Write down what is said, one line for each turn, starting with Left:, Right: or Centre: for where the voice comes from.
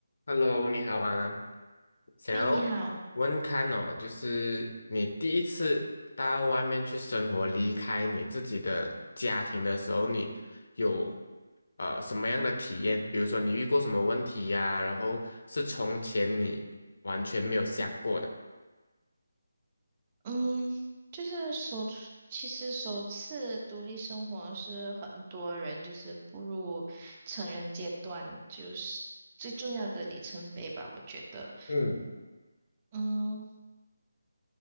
Left: Hello，你好啊，想要
Right: 哎，你好，
Left: 问看哦，就是你第一次到外面去生活，离开你自己的家庭的时候，你有呃什么样的体验？比如说你遇过什么问题呀、然后是从前你完全没有想过的。
Right: 嗯，就是首次，其实首次独立生活是很多人就是步入成人阶段，就是最重要的里程碑吧，我觉得。
Left: 嗯
Right: 嗯，